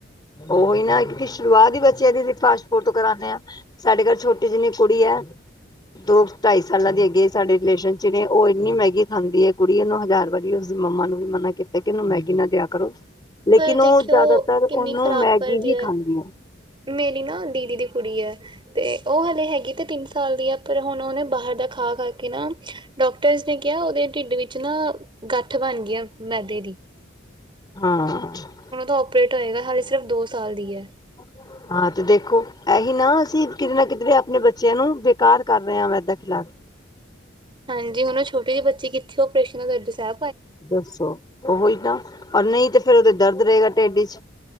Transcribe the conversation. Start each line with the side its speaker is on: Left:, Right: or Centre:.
Left: ਓਹੀ ਨਾ ਇੱਕ ਕੀ ਸ਼ੁਰੂਆਤ ਈ ਬੱਚੇਆਂ ਦੀ ਅਸੀਂ ਫਾਸਟ ਫੂਡ ਤੋਂ ਕਰਾਨੇ ਆਂ। ਸਾਡੇ ਘਰ ਛੋਟੀ ਜਿੰਨੀ ਕੁੜੀ ਐ, ਦੋ ਢਾਈ ਸਾਲਾਂ ਦੀ ਹੈਗੀ ਐ ਸਾਡੇ ਰਿਲੇਸ਼ਨ ਚ ਨੇ ਓ ਇੰਨੀ ਮੈਗੀ ਖਾਂਦੀ ਐ ਕੁੜੀ ਓਨੂੰ ਹਜ਼ਾਰ ਵਾਰ ਉਸਦੀ ਮੰਮਾ ਨੂੰ ਵੀ ਮਨਾ ਕੀਤਾ ਕੇ ਏਨੂੰ ਮੈਗੀ ਨਾ ਦਿਆ ਕਰੋ, ਲੇਕਿਨ
Right: ਪਰ ਦੇਖਿਓ
Left: ਓ ਜਾਦਾਤਰ
Right: ਕਿੰਨੀ
Left: ਓਨੂੰ
Right: ਖ਼ਰਾਬ
Left: ਮੈਗੀ
Right: ਕਰਦੀ
Left: ਹੀ
Right: ਐ।
Left: ਖਾਂਦੀ ਆ।
Right: ਮੇਰੀ ਨਾ ਦੀਦੀ ਦੀ ਕੁੜੀ ਐ ਤੇ ਓ ਹਲੇ ਹੈਗੀ ਤੇ ਤਿੰਨ ਸਾਲ ਦੀ ਆ, ਪਰ ਹੁਨ ਓਨੇ ਬਾਹਰ ਦਾ ਖਾ-ਖਾ ਕੇ ਨਾ ਡੋਕਟਰਸ ਨੇ ਕਿਆ ਓਦੇ ਢਿੱਡ ਵਿੱਚ ਨਾ, ਗੱਠ ਬਨ ਗਈ ਆ ਮੈਦੇ ਦੀ।
Left: ਹਾਂ।
Right: ਹੁਣ ਉਹਦਾ ਓਪਰੇਟ ਹੋਏਗਾ, ਹਾਲੇ ਸਿਰਫ਼ ਦੋ ਸਾਲ ਦੀ ਹੈ।
Left: <inaudible> ਹਾਂ ਤੇ ਦੇਖੋ ਇਹੀ ਨਾ ਅਸੀਂ ਕਿਤੇ ਨਾ ਕਿਤੇ ਆਪਣੇ ਬੱਚਿਆਂ ਨੂੰ ਬੇਕਾਰ ਕਰ ਰਹੇ ਆ ਮੇਦਾ ਖਿਲਾ-
Right: ਹਾਂਜੀ ਹੁਣ ਓ ਛੋਟੀ ਜਹੀ ਬੱਚੀ ਕਿੱਥੇ ਓਪਰੇਸ਼ਨ ਦਰਦੀ ਸਾ-
Left: ਦੱਸੋ ਉਹੀ ਤਾਂ ਔਰ ਨਹੀਂ ਤੇ ਫੇਰ ਉਹਦੇ ਦਰਦ ਰਹੇਂਗਾ ਪੇਟ ਇਚ।